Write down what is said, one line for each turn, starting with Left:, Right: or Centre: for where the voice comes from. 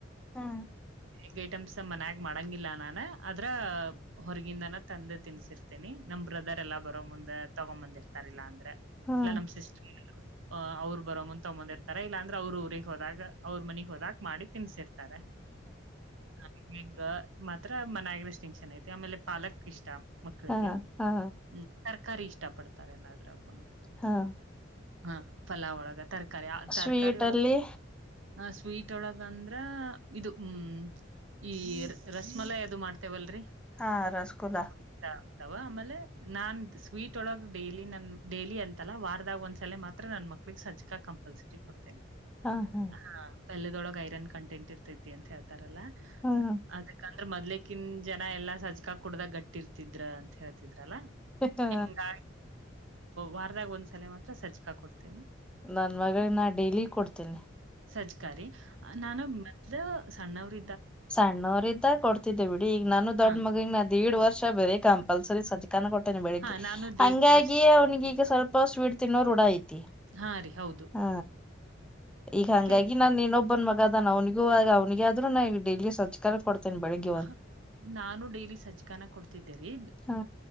Centre: ಹಾ
Right: ಎಗ್ ಐಟಮ್ಸ್ ಮನ್ ಮಾಡಂಗಿಲ್ಲ ನಾನ ಅದ್ರ ಹೊರಗಿಂದನ ತಂದೆ ತಿನ್ಸಿರ್ತೇನಿ ನಮ್ ಬ್ರದರ್ ಎಲ್ಲಾ ಬರೋ ಮುಂದೆ ತಗೊ್ ಬಂದಿರ್ತಾರಿಲ್ಲಾ ಅಂದ್ರೆ
Centre: ಹಾ
Right: ಇಲ್ಲ ನಮ್ಮ ಸಿಸ್ಟರ್ ಅ್ ಅವ್ರು ಬರೋ ಮುಂತ ತಗಂದಿರ್ತಾರ ಇಲ್ಲಾಂದ್ರೆ ಅವ್ರ ಊರಿಗೆ ಹೋದಾಗ ಅವ್ರರು ಮನಗ್ ಹೋದಾಗಕ್ ಮಾಡಿ ತಿನ್ಸಿರ್ತಾರೆ ತ ಹಂಗ ಮಾತ್ರ ಮನ್ಯಾಗ ಸ್ಟಿಂಕ್ಷನ್ ಐತಿ ಆಮೇಲೆ ಪಾಲಕ್ ಇಷ್ಟ ಮಕ್ಕಳಿಗೆ
Centre: ಹಾ ಹಾ
Right: ಹ್ಮ ತರ್ಕಾರಿ ಇಷ್ಟ ಪಡ್ತಾರೆಲ್ಲ ಅದ್ರಾಗುನು
Centre: ಹಾ
Right: ಹಾ ಪಫಲಾವ್ ಒಳಗ ತರಕಾರಿ ತರಕಾರಿ
Centre: ಸ್ವೀಟ್
Right: ಒಳಗ
Centre: ಅಲ್ಲಿ
Right: ಆ ಸ್ವೀಟ್ ಒಳಗ ಅಂದ್ರ ಇದು ಹ್ಮ್ ಈ ರಸಮಲ ಯದು ಮಾಡ್ತೇವಲ್ರರಿ
Centre: ಹಾ ರಸಗುಲ್ಲಾ
Right: ಆಗ್ತವ ಆಮೇಲೆ ನಾನ್ ಸ್ವೀಟ್ ಒಳಗ್ ಡೈಲಿ ನನ್ ಡೈಲಿ ಅಂತಲ್ಲ ವಾರದಾಗ ಒಂದ್ಸಲ ಮಾತ್ರ ನನ್ ಮಕ್ಳ ಮಕ್ಳಿಗೆ ಸಜಕಾ ಕಂಪಲ್ಸರಿ ಕೊಡ್ತೇನೆ
Centre: ಹಾ ಹಾ
Right: ಹಾ ಪಲ್ದೊಳಗ್ ಐರನ್ ಕಂಟೆಂಟ್ ಇರ್ತೇತಿ ಅಂತ ಹೇಳ್ತಾರಲ್ಲಾ
Centre: ಹ್ಮ್
Right: ಅದಕ್ಕಂದ್ರೆ ಮೊದ್ಲಿಕ್ಕಿನ್ ಜನ ಎಲ್ಲ ಸಜ್ಕಾ ಕುಡ್ದಾಗ ಗಟ್ಟಿ ಇಟ್ಟಿರ್ತಿದ್ರ ಅಂತ ಹೇಳ್ತಿದ್ರಲ್ಲಾ
Centre: ಹ
Right: ಹೆಂಗ ವಾರದಾಗ ಒಂದ್ಸಲ ಮಾತ್ರ ಸಜ್ಜ್ಕಾ ಕೊಡ್ತೇನಿ
Centre: ನನ್ ಮಗಳ
Right: ಆ
Centre: ನಾ ಡೈಲಿ ಕೊಡ್ತೇನೆ
Right: ಸಜ್ಕಾರಿ ನಾನ ಮದ ಸಣ್ಣವ್ರ
Centre: ಸಣ್ಣವ್ರಿಂದ ಕೊಡ್ತಿದ್ದೆ ಬಿಡಿ ಈಗ ನಾನು ದೊಡ್ಡ
Right: ಹಾ
Centre: ಮಗನ್ ನದ್ಏಡ್ ವರ್ಷ ಬರ ಕಂಪಲ್ಸರಿ ಸದ್ಕನ ಕೊಟ್ಟೇನೆ ಬೆಳಿಗ್ಗೆ
Right: ಹಾ ನಾನು ದೀಟ್
Centre: ಹಂಗಾಗಿ
Right: ವರ್ಷ
Centre: ಅವನಿಿಗೆ ಈಗ ಸ್ವಲ್ಪ ಸ್ವೀಟ್ ತಿನ್ನೋರ್ ರೂಡ ಐತಿ
Right: ಹಾ ರಿ ಹೌದು
Centre: ಹ ಈಗ ಹಂಗಾಗಿ
Right: ಕೆಲ್
Centre: ನಾನನ್ ನೀನೊಬ್ಬನ್ ಮಗದಾನ ಅವನಿಗೆ ಗ ಅವನಿಗೆ ಆದ್ರೂ ನವು ಡೈಲಿ ಸಜ್ಜ ತಂದ ಕೊಡ್ತನೆ ಬೆಳಗ್ಗೆ
Right: ಹ ನಾನು ಡೈಲಿ ಸಜ್ಕನ ಕೊಡ್ತಿದ್ದೇರಿ
Centre: ಹಾ